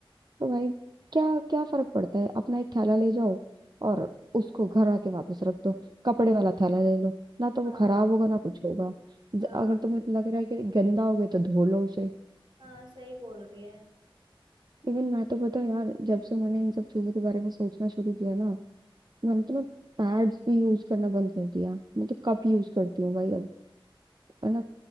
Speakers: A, on the right; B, on the right.
A: तो भाई क्या क्या फर्क पड़ता है अपना एक थैला ले जाओ और उसको घर आके वापस रख दो कपड़े वाला थैला ले लो ना तो
B: हाँ
A: वो खराब होगा ना कुछ होगा ज-
B: हाँ
A: अगर तुम्हें लग रहा है कि गंदा हो गया तो धो लो उसे
B: हाँ सही बोल रही है
A: इवन मैं तो पता है यार जब से मैंने इन सब चीजों के बारे में सोचना शुरू किया ना मैंने तो ना पैड्स भी यूज करना बंद कर दिया मैं तो कप यूज करती हूँ भाई अब है ना